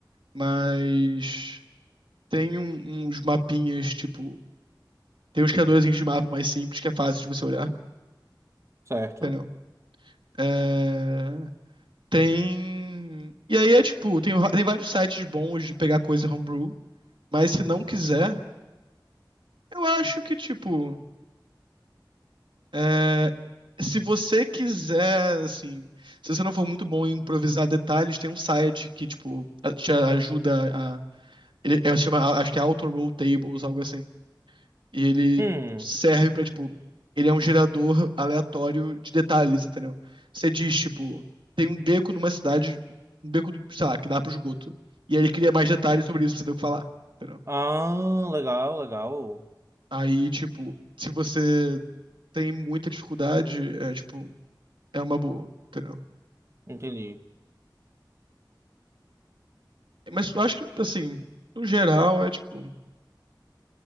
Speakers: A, on the right; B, on the right.
A: Mas tem um- uns mapinhas, tipo. Tem uns criadores de mapa mais simples que é fácil de você olhar,
B: certo.
A: entendeu? É, tem. E aí é tipo, tem, va- tem vários sites bons de pegar coisa homebrew, mas se não quiser, eu acho que, tipo. é, Se você quiser, assim, se você não for muito bom em improvisar detalhes, tem um site que, tipo, a- te ajuda a Ele é, se chama, acho que é Auto Roll Tables, algo assim. E ele
B: Hum.
A: serve pra, tipo, ele é um gerador aleatório de detalhes, entendeu? Você diz, tipo, tem um beco numa cidade, um beco, sei lá, que dá pro esgoto. E aí ele cria mais detalhes sobre isso pra você ter o que falar, entendeu?
B: Ah, legal, legal.
A: Aí, tipo, se você tem muita dificuldade, é, tipo, é uma boa, entendeu?
B: Entendi.
A: Mas eu acho que, assim, no geral, é, tipo,